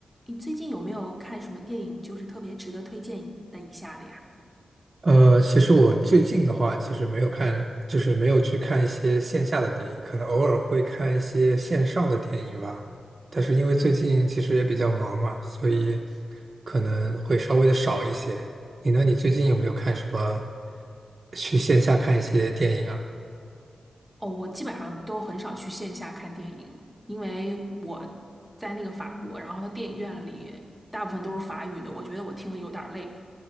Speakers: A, in the centre; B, on the right.
A: 你最近有没有看什么电影，就是特别值得推荐的一下的呀？
B: 呃，其实我最近的话，其实没有看，就是没有去看一些线下的电影，可能偶尔会看一些线上的电影吧。但是因为最近其实也比较忙嘛，所以可能会稍微的少一些。你呢？你最近有没有看什么去线下看一些电影啊？
A: 哦，我基本上都很少去线下看电影，因为我在那个法国，然后它电影院里大部分都是法语的，我觉得我听的有点儿累，